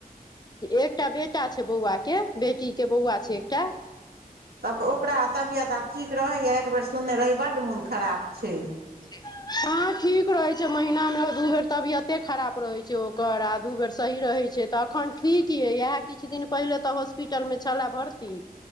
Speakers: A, on the left; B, on the right.
A: एकटा बेटा छै बौआ के, बेटी के बौआ छै एकटा।
B: तब ओकरा तबियत आब ठीक रहैया, एकबर सुनने रही बड्ड मोन खराब छै।
A: कहाँ ठीक रहै छै, महिनामे दू बेर तबियते खराब रहैत छै, ओ ओकर आ दू बेर सही रहै छै, तऽ अखन ठीक अइ, एहे किछ दिन पहिनेे तऽ हॉस्पिटलमे छेला भर्ती। ती।